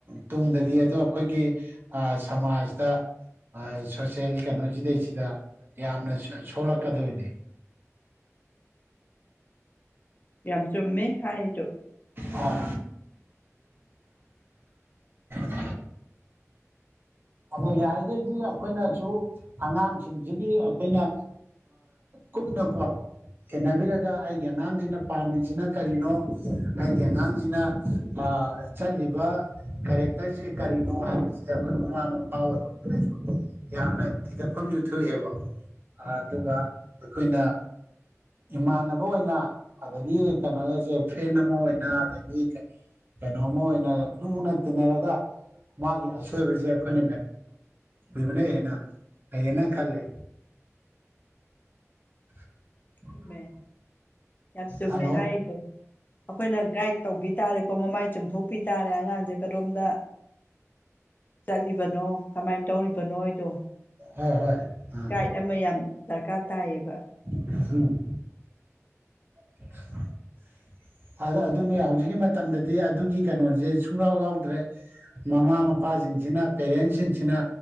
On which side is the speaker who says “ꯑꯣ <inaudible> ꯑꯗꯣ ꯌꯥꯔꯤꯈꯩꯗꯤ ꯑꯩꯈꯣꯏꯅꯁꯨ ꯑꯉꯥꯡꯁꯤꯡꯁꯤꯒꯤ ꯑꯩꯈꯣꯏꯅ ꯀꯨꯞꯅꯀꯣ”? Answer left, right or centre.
Right